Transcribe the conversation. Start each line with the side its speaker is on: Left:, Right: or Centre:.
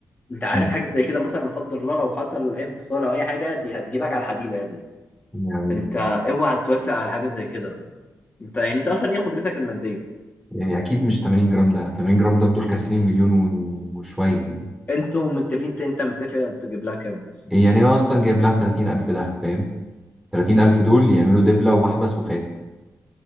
Left: انت عارف
Centre: مم.
Left: حاجه زي كده مثلا لا قدر الله لو حصل اي انفصال او اي حاجه دي هتجيبك على الحديده يا ابني
Centre: يعني
Left: انت اوعى توافق على حاجه زي كده انت يعني انت اصلا ايه قدرتك الماديه
Centre: يعني أكيد مش 80 جرام ده 80 جرام ده بدول كاسرين مليون و- وشوية يعني
Left: انتوا متفقين انت انت متفق تجيب لها كام
Centre: يعني هو أصلا جايب لها ب 30 ألف ده فاهم 30 ألف دول يعملوا دبلة ومحبس وخاتم